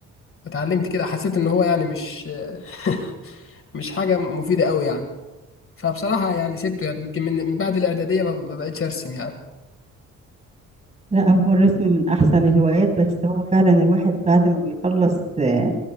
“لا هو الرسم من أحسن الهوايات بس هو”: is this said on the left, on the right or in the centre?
Right